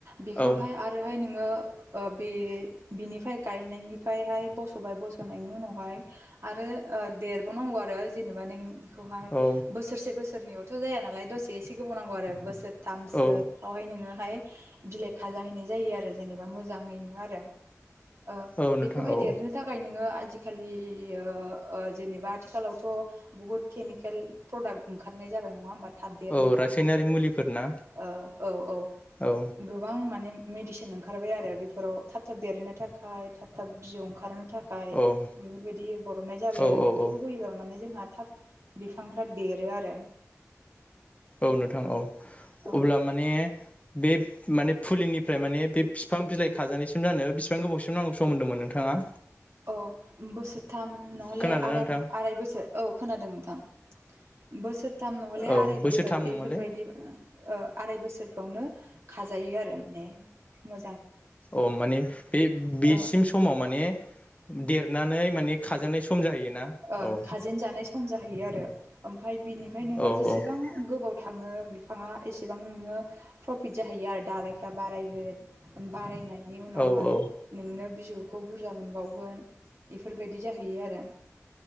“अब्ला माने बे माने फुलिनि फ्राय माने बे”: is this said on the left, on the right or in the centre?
Left